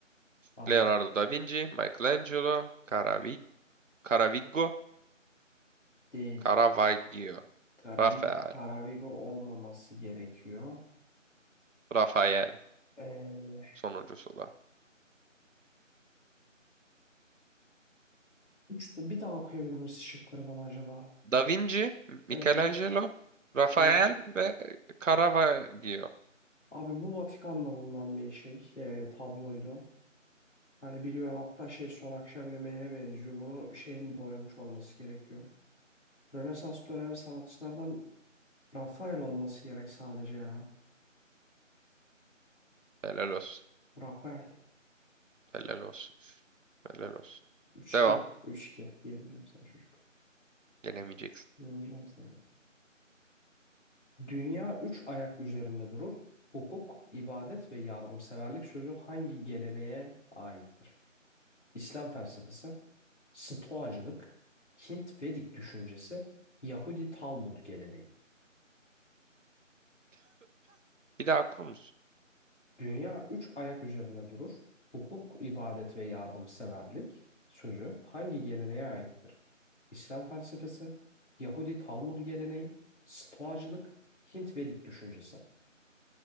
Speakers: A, on the left (about 60°); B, on the right (about 70°).
A: Aa,
B: Leonardo da Vinci, Michelangelo, Caravi Caravaggio,
A: değil.
B: Caravaggio,
A: Karavik,
B: Rafael.
A: Karavigo olmaması gerekiyor.
B: Rafael
A: Ee,
B: sonuncusu da.
A: üç- bir daha okuyabilir misin şıkları bana acaba?
B: Da Vinci,
A: Evet.
B: Michelangelo, Rafael
A: Evet.
B: ve Caravaggio.
A: Abi bu Vatikan'la bulunan bir şey. ee, tabloydu. Hani biliyorum hatta şey son akşam yemeğine benziyor. Bunu şeyin boyamış olması gerekiyor. Rönesans dönemi sanatçılardan Rafael olması gerek sadece ya.
B: Helal olsun.
A: Rafael.
B: Helal olsun. Helal olsun.
A: Üç
B: Devam.
A: 2 üç 2 Yemeyeceğim sana çocuk.
B: Yenemeyeceksin.
A: Döneceğim sana. Dünya üç ayak üzerinde durur. Hukuk, ibadet ve yardımseverlik sözü hangi geleneğe aittir? İslam felsefesi, Stoacılık, Hint Vedik düşüncesi, Yahudi Talmud geleneği.
B: Bir daha okur musun?
A: Dünya üç ayak üzerinde durur. Hukuk, ibadet ve yardımseverlik sözü hangi geleneğe aittir? İslam felsefesi, Yahudi Talmud geleneği, Stoacılık, Hint Vedik düşüncesi.